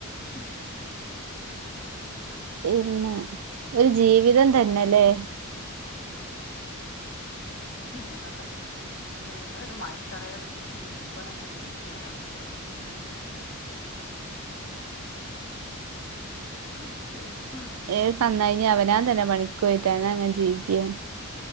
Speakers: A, on the left; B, on the right.
A: ഉം
B: പിന്നെ ഒരു ജീവിതം തന്നെല്ലേ <inaudible>
A: ശ ത <unintelligible> എന്തോ ഒരു മഴച്ചറയത് ജീവിക്കുമ്പോല അങ്ങനെ ജീവച്ചു പോണംത്രേള്ളൂ <unintelligible>
B: ഏ തന്ന് കഴിഞ്ഞ് അവനവൻ തന്നെ പണിക്ക് പോയിട്ടെ അങ്ങനെ ജീവിക്കണെ